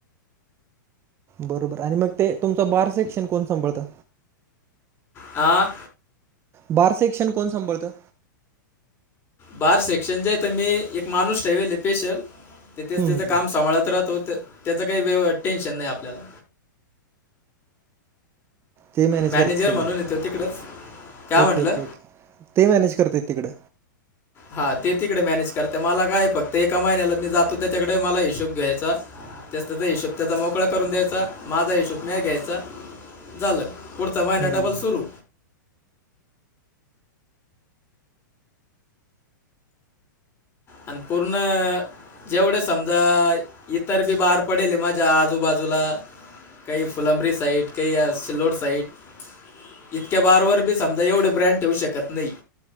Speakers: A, on the right; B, on the left.
A: बरोबर आणि मग ते, तुमचं बार सेक्शन कोण सांभाळतं.
B: ह.
A: बार सेक्शन कोण सांभाळतं?
B: बार सेक्शन जे आहे तर मी एक माणूस ठेवेले स्पेशल. तेथच
A: हम्म
B: त्याचं
A: हम्म हम्म.
B: काम सांभाळत राहतो त्याच काही व टेन्शन नाही आपल्याला.
A: ते मॅनेज
B: मॅनेजर
A: करतात सगळं
B: म्हणून येतो तिकडच काय म्हंटलं.
A: ओके Okay okay. ते मॅनेज करत आहेत तिकडं.
B: हा ते तिकडे मॅनेज करतेमला काय. फक्त एका महिन्याला मी जातो त्याच्याकडे मला हिशोब घ्यायचा. त्यात त्याचा हिशोब त्याचा मोकळा करून द्यायचा. माझा हिशोब नाही घ्यायचा झालं. पुढचा महिना
A: हम्म
B: डबल सुरू. अन पूर्ण. जेवढे समजा इतर बी बााहर पडेल माझ्या आजूबाजूला. काही फुलंबरी साईट काही या सिल्लोर साईट. इतक्या बारवर बी समजा एवढे ब्रँड ठेवू शकत नाही.